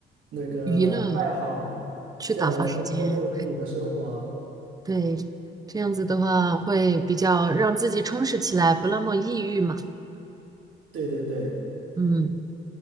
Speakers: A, on the right (about 75°); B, on the right (about 20°).
A: 那个爱好，
B: 娱乐去打发时间。
A: 这样来丰丰富自己的生活。
B: 对，这样子的话会比较让自己充实起来，不那么抑郁嘛。
A: 对对对，
B: 嗯